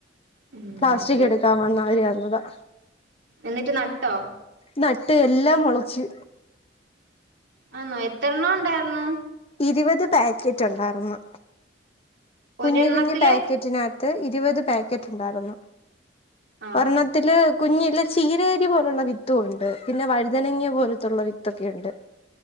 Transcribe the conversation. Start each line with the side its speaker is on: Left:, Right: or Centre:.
Right: ഉം
Left: പ്ലാസ്റ്റിക്
Right: ഓക്കെ
Left: എടുക്കാൻ
Right: ഓക്കെ
Left: വന്നവര് തന്നതാ
Right: എന്നിട്ട് ന ട്ടോ
Left: നട്ട് എല്ലാം മുളച്ച്
Right: ആന്നോ എത്രണ്ണം ഉണ്ടായിര്ന്നു?
Left: ഇരുപത് പാക്കറ്റ് ണ്ടായിരുന്ന്. കുഞ്ഞു
Right: ഒരെണ്ണത്തില്
Left: കുഞ്ഞ് പാക്കറ്റിന ത്ത് ഇരുപത് പാക്കറ്റ്ണ്ടായിരുന്നു
Right: ആഹ്
Left: ഒരെണ്ണത്തില് കുഞ്ഞില് ചീരരി പോലുള്ള വിത്തും ഉണ്ട് പിന്നെ വഴുതനങ്ങ പോലത്തുള്ള വിത്തൊക്കെ ഉണ്ട്.